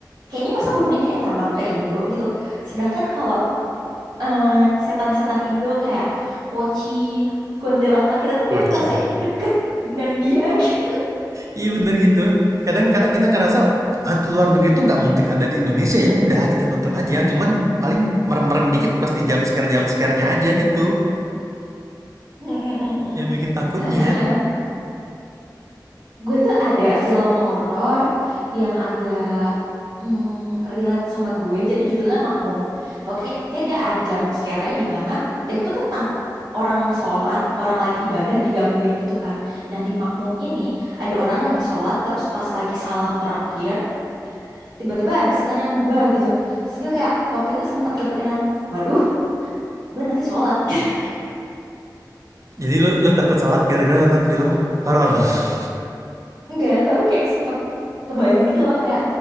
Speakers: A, on the right (about 65°); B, on the right (about 45°).
A: kayaknya masa bonekanya terbang ke Indo gitu. Sedangkan kalau eh, setan-setan Indo kayak Pochi, Kuntilanak, kita tuh
B: Oci.
A: dia merasa itu deket dengan dia <laughs> gitu.
B: Iya bener gitu. Kadang-kadang kita ngerasa hantu luar negeri itu nggak mungkin ada di Indonesia ya udah gitu nonton aja. Cuman paling merem-merem dikit pasti jump scare jump scare-nya aja gitu
A: Mm, mm, mm,
B: yang bikin takutnya.
A: mm. <laughs> Gue tuh ada film horor yang agak mm, relate sama gue, jadi judulnya Makmum. Pokoknya intinya dia ada jump scare-nya di mana dia tuh tentang orang sholat, orang lagi ibadah digangguin gitu kan. Nah di Makmum ini ada orang lagi sholat, terus pas lagi salam terakhir, tiba-tiba ada setan yang bah gitu. Terus gue kayak waktu itu sempat kepikiran, waduh, gue nanti sholat. <laughs>
B: Jadi lu, lu takut salat gara-gara nonton film horor. <laughs>
A: Enggak, tapi kayak sempet kebayang gitu loh kayak